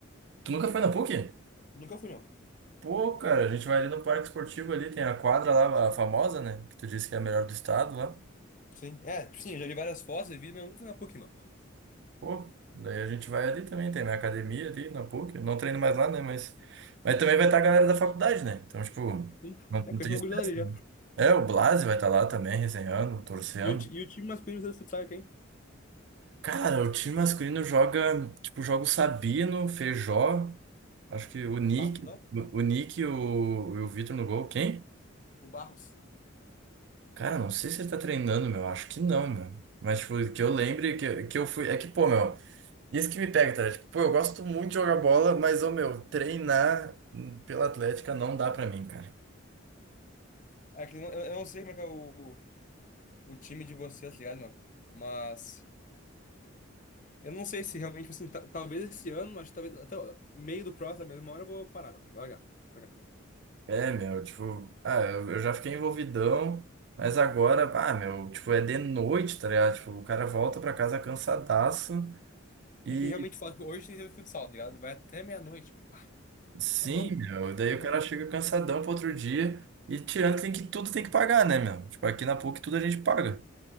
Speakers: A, on the right; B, on the left.
A: Tu nunca foi na PUC?
B: Nunca fui, não.
A: Pô, cara, a gente vai ali no Parque Esportivo ali, tem a quadra lá, a famosa, né? Que tu disse que é a melhor do estado lá.
B: Sim, é, tipo, sim, eu já vi várias fotos e vídeos, mas eu nunca fui na PUC, mano.
A: Pô, daí a gente vai ali também, tem minha academia ali na PUC. Eu não treino mais lá, né? Mas, mas também vai estar a galera da faculdade, né? Então, tipo,
B: Sim,
A: não,
B: é,
A: não
B: conheço
A: tem. isso.
B: uma gurizada ali já.
A: É, o Blase vai estar lá também, resenhando, torcendo.
B: E o, ti- e o time masculino do futsal é quem?
A: Cara, o time masculino joga, tipo, joga o Sabino, Feijó, acho que o Nick,
B: Barros, não?
A: o Nick e o, e o Vitor no gol. Quem?
B: O Barros.
A: Cara, não sei se ele tá treinando, meu. Acho que não, meu. Mas, tipo, que eu lembre que, que eu fui. É que, pô, meu. Isso que me pega, tá? Tipo, pô, eu gosto muito de jogar bola, mas, ô meu, treinar hum, pela Atlética não dá pra mim, cara.
B: Ah, É que não- eu, eu não sei como é que é o, o time de vocês, tá ligado, meu? Mas. Eu não sei se realmente, tipo assim, ta- talvez esse ano, mas talvez até o meio do próximo, mas uma hora eu vou parar, não. Largar, largar.
A: É, meu, tipo, ah, eu, eu já fiquei envolvidão, mas agora, ah, meu, tipo, é de noite, tá ligado? Tipo, o cara volta pra casa cansadaço e
B: É que realmente fala que hoje tem futsal, tá ligado? Vai até meia-noite. Mano. Ah,
A: sim,
B: A mão,
A: meu, daí
B: a mão.
A: o cara chega cansadão pro outro dia e tirando que tem que tudo tem que pagar, né, meu? Tipo, aqui na PUC tudo a gente paga.